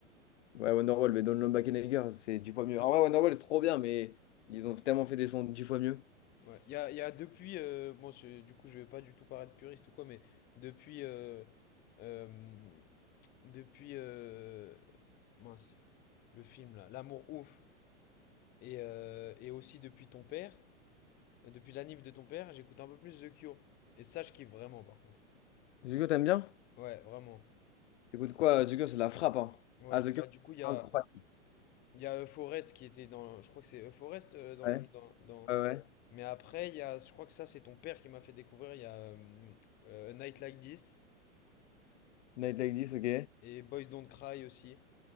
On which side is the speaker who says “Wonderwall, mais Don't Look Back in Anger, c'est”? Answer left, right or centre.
Left